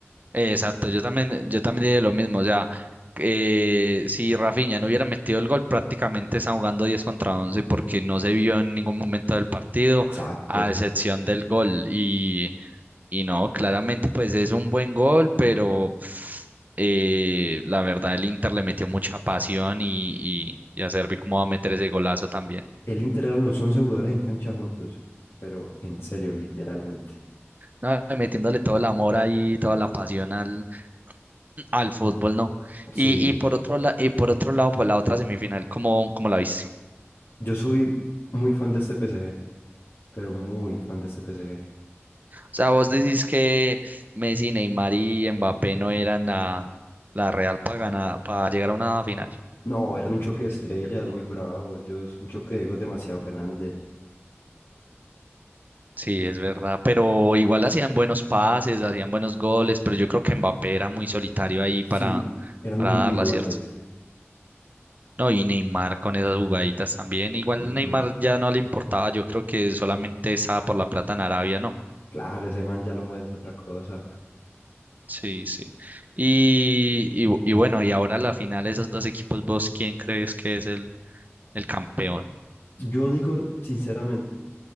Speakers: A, on the right; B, on the left.
A: Exacto, yo también, yo también diría lo mismo, o sea, eh, si Rafinha no hubiera metido el gol, prácticamente está jugando 10 contra 11 porque no se vio en ningún momento del partido,
B: Exacto.
A: a excepción del gol. Y, y no, claramente pues es un buen gol, pero eh, la verdad el Inter le metió mucha pasión y, y, y a Servi cómo va a meter ese golazo también.
B: El Inter eran los 11 jugadores en cancha juntos, pero en serio, literalmente.
A: No, metiéndole todo el amor ahí, toda la pasión al, Al fútbol no.
B: Sí,
A: Y, y por otro la- y por otro lado, por la otra semifinal, ¿cómo, cómo la viste? O
B: yo soy muy fan de este P. S G. pero muy fan de este P. S G.
A: sea, vos decís que Messi, Neymar y Mbappé no eran la, la real para ganar, para llegar a una final.
B: No, eran un choque de estrellas muy
A: Mm,
B: bravo, ellos, un choque de egos demasiado grande.
A: Sí, es verdad, pero igual hacían buenos pases, hacían buenos goles, pero yo creo que Mbappé era muy solitario ahí
B: Sí,
A: para,
B: eran
A: para
B: muy
A: darla,
B: individuales.
A: ¿cierto? No, y Neymar con esas jugaditas también. Igual
B: Ujú.
A: Neymar ya no le importaba, yo creo que solamente estaba por la plata en Arabia, ¿no?
B: Claro, ese man ya lo mueve es otra cosa.
A: Sí, sí. Y, y, bu- y bueno, y ahora la final, esos dos equipos, ¿vos quién crees que es el, el campeón?
B: Yo digo sinceramente